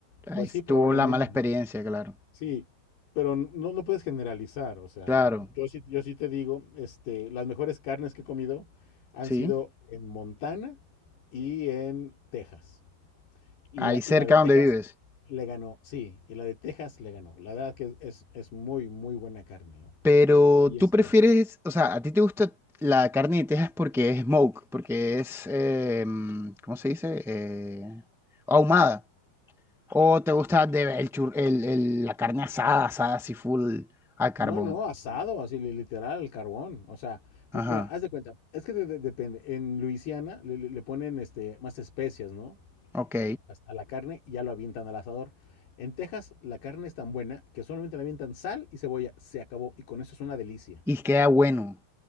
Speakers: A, in the centre; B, on the left.
A: ahí
B: pues
A: estuvo
B: sí, probablemente,
A: la mala experiencia,
B: ¿no?
A: claro,
B: Sí, pero no, no puedes generalizar, o sea,
A: claro,
B: yo sí, yo sí te digo, este, las mejores carnes que he comido han
A: sí,
B: sido en Montana y en Texas. Y
A: ahí
B: la,
A: cerca
B: y la de Texas
A: donde vives.
B: le ganó, sí, y la de Texas le ganó. La verdad que es, es muy, muy buena carne. ¿no?
A: Pero
B: Y
A: tú
B: este,
A: prefieres, o sea, a ti te gusta la carne de Texas porque es smoke, porque es, eh, mm, ¿cómo se dice? Eh, ahumada. O te gusta de, el chur- el- el- la carne asada, asada así full al carbón.
B: no, no, asado, así li- literal, al carbón. O sea,
A: Ajá,
B: l- mira, haz de cuenta, es que de- de- depende. En Luisiana le, le- le ponen este, más especias, ¿no?
A: ok.
B: As- A la carne y ya lo avientan al asador. En Texas la carne es tan buena que solamente le avientan sal y cebolla. Se acabó. Y con eso es una delicia.
A: Y queda bueno.